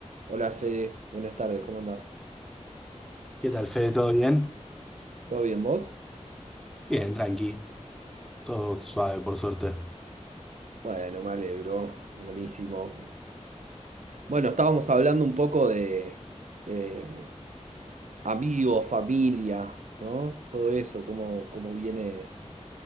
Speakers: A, on the right; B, in the centre.
A: Hola Fede, buenas tardes, ¿cómo andás?
B: ¿Qué tal, Fede? ¿Todo bien?
A: ¿Todo bien vos?
B: Bien, tranqui. Todo suave, por suerte.
A: Bueno, me alegro, buenísimo. Bueno, estábamos hablando un poco de, eh, amigos, familia, ¿no? Todo eso, cómo, cómo viene